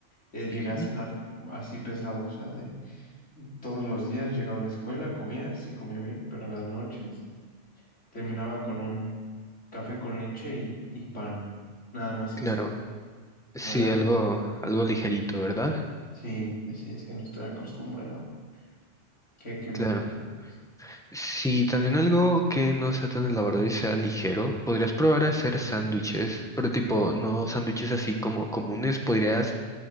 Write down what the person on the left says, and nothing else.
eh, llegué
a cenar así pesado, o sea, de Todos los días llegaba a la escuela, comía, sí comía bien, pero en las noches terminaba con un café con leche y, y pan. Nada más
eso.
No era
algo.
Sí, sí, sí, es que no estoy acostumbrado. ¿Qué, qué me
recomiendas?